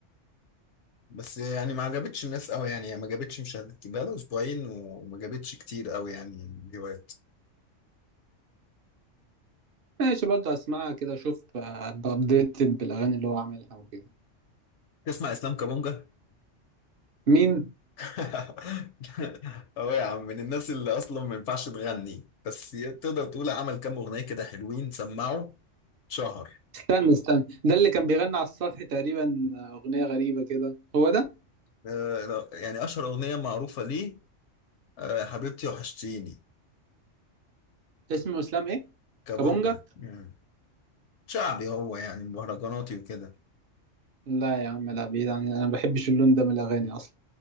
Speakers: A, on the left; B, on the right.
A: بس يعني ما عجبتش الناس قوي يعني هي ما جابتش مشاهدات بقى لها اسبوعين وما جابتش كتير قوي يعني فيوهات
B: ماشي برضه اسمعها كده اشوف ابقى ابديتد بالاغاني اللي هو عاملها وكده
A: تسمع اسلام كابونجا
B: مين
A: <laughs> اه يا عم من الناس اللي اصلا ما ينفعش تغني بس تقدر تقول عمل كام اغنيه كده حلوين سمعوا شهر
B: استنى استنى ده اللي كان بيغني على السطح تقريبا آه، اغنية غريبة كده هو ده
A: آه، لا، يعني أشهر أغنية معروفة ليه آه، حبيبتي وحشتيني
B: اسمه اسلام ايه
A: كابونجا
B: كابونجا
A: مم. شعبي هو يعني مهرجاناتي وكده
B: لا يا عم لا بعيد عن انا ما بحبش اللون ده من الاغاني اصلا